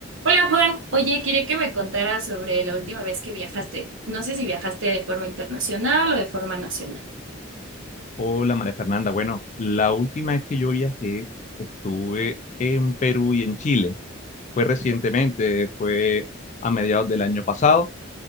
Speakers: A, on the right (about 80°); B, on the left (about 35°).
A: Hola Juan, oye, quería que me contaras sobre la última vez que viajaste. No sé si viajaste de forma internacional o de forma nacional.
B: Hola María Fernanda. Bueno, la última vez que yo viajé estuve en Perú y en Chile. Fue recientemente, fue a mediados del año pasado.